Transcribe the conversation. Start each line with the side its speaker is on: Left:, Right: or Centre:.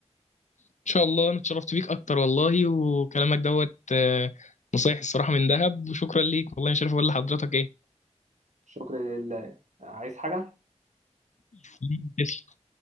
Left: ان شاء الله انا اتشرفت بيك اكتر والله وكلامك دوت آه، نصايح الصراحة من ذهب وشكرا ليك والله مش عارف اقول لحضرتك ايه
Right: شكرا لله عايز حاجه
Left: <laughs>